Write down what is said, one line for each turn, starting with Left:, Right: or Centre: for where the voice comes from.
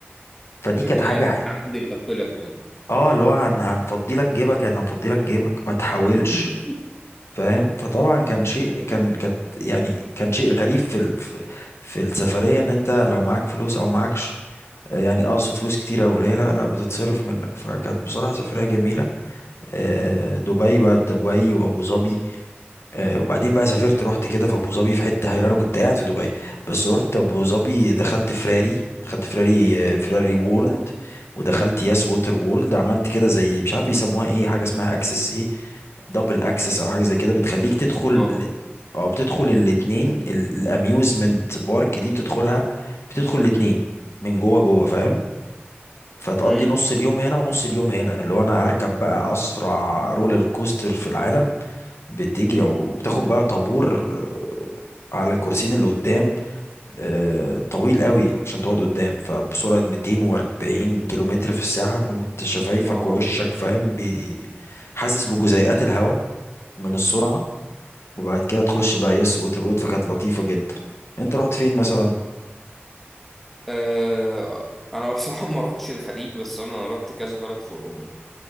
Left: فدي
Centre: ممكن
Left: كانت حاجة
Centre: اي
Left: ح-
Centre: حد يغفلك يعني
Left: اه اللي هو هن- هنفضي لك جيبك يعني هنفضي لك جيبك ما تحاولش
Centre: <laughs>
Left: فاهم فطبعا كان شيء كان كانت يعني كان شيء غريب في ال... في في السفرية ان انت لو معاك فلوس او معاكش يعني اقصد فلوس كتيرة او قليلة لا بتتصرف منك فكانت بصراحة سفرية جميلة آه، دبي بقى دبي وابو ظبي آه، وبعدين بقى سافرت رحت كده في ابو ظبي في حتة هايلة انا كنت قاعد في دبي بس رحت ابو ظبي دخلت فراري دخلت فراري آه، فراري وورلد
Centre: الله
Left: ودخلت ياس ووتر وورلد عملت كده زي مش عارف بيسموها ايه حاجة اسمها اكسس ايه دبل اكسس او حاجة زي كده بتخليك تدخل
Centre: اه
Left: ال- اه بتدخل الاتنين الاميوزمنت بارك دي بتدخلها بتدخل الاتنين من جوه جوه فاهم فتقضي
Centre: مم.
Left: نص اليوم هنا ونص اليوم هنا اللي هو انا هركب بقى اسرع رولر كوستر في العالم بتجري وبتاخد بقى طابور على الكرسيين اللي قدام آه، طويل قوي عشان تقعد قدام فبسرعة 240 كيلومتر في الساعة وانت شفايفك
Centre: يا نهار
Left: ووشك
Centre: ابيض
Left: فاهم بي- حاسس بجزيئات الهواء من السرعة وبعد كده تخش بقى يس ووتر وود فكانت لطيفة جدا انت رحت فين مثلا
Centre: آه انا بصراحه ما رحتش الخليج بس انا رحت كذا بلد في اوروبا